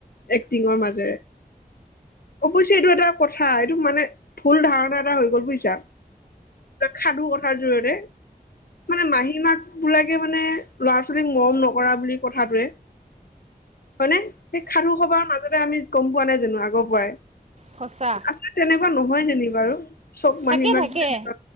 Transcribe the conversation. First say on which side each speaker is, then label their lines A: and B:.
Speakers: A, on the left; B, on the right.
A: এক্টিঙৰ মাজেৰে, অৱশ্যে এইটো এটা কথা এইটো মানে ভুল ধাৰণা এটা হৈ গ'ল বুজিছা। সাধু কথাৰ জৰিয়তে মানে মাহীমাক বোলাকে মানে ল'ৰা ছোৱালীক মৰম ন কৰা বুলি কথাটোয়ে হয় নে সেই সাধুসবাৰ মাজতে আমি গ'ম পোৱা নাই জানো আগৰ পৰাই
B: সঁচা
A: আচলতে তেনেকুৱা নহয় যেনি বাৰু। চব মাহী
B: থাকে
A: মাক
B: থাকে
A: তেনেকুৱা